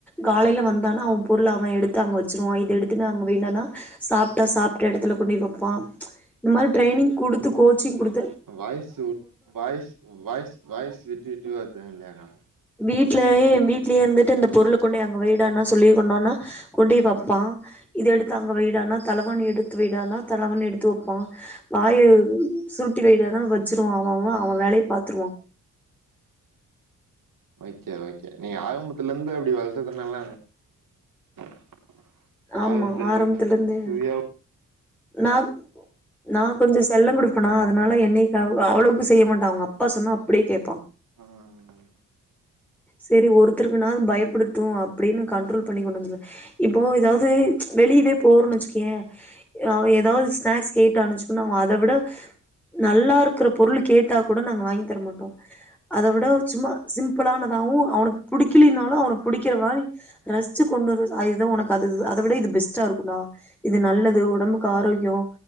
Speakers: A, in the centre; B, on the right.
A: காலேல வந்தானா அவன் பொருள அவன் எடுத்து அங்க வச்சிருவான் இது எடுத்துட்டு அங்க வைடாணா சாப்ட்டா சாப்ட்ட இடத்துல கொண்டு போய் வைப்பான் ச் இந்த மாரி ட்ரைனிங் குடுத்து கோச்சிங் குடுத்
B: வாய்ஸ்விட் வாய்ஸ் வாய்ஸ் வாய்ஸ் விட்டு விட்டு டு வருதுங் நேரா
A: வீட் லயே வீட்லயே இருந்துட்டு
B: இல்லையா
A: இந்த பொருள கொண்டுபோய் அங்க வய்டான்னா சொல்லி கொண்டோனா கொண்டோய் வப்பான் இத எடுத்து து அங்க வைடான்னா தலவானி எடுத்து
B: ஆ
A: வைடான்னா தலவானி எடுத்து து வப்பான் பாய சுருட்டி வையிடான்னா வச்சுருவான் அவ அவன் அவன் வேலைய பாத்துருவான்
B: ஓகே ஓகே நீ ஆரமுத்துல இருந்து அப்டி வளத்ததுனால்லா <inaudible>
A: ஆமா
B: ஆரபத்ல நீ
A: ஆரம்பத்துல இருந்தே
B: ஃப்ரீயா வுட்
A: நா நான் கொஞ்சம் செல்லம் குடுப்பனா அதனால என்னய கவ அவ்வளவுக்கு செய்ய மாட்டா அவுங்க அப்பா சொன்னா அப்டியே கேட்பான்
B: உம் உம்
A: சரி ஒருத்தருக்குனாலும் பயப்படட்டும் அப்டின்னு கண்ட்ரோல் பண்ணி கொண்டு வந்தேன் இப்போ ஏதாவது வெளியவே போறோம்ன்னு வச்சுக்கேயேன் அவன்
B: ம்
A: ஏதாவது ஸ்நாக்ஸ் கேட்டானச்சும் அத விட நல்லா இருக்கிற பொருள் கேட்டா கூட நாங்க வாங்கி தர மாட்டோம் அதை விட ஒரு சும்மா சிம்பிளான அவு அவனுக்கு புடிக்கலனாலும் அவனுக்கு புடிக்கிற மாரி ரசிச்சு கொண்டு வந்து அதுதான் உனக்கு அது அதை விட இது பெஸ்ட்டா இருக்கும்டா இது நல்லது உடம்புக்கு ஆரோக்கியம்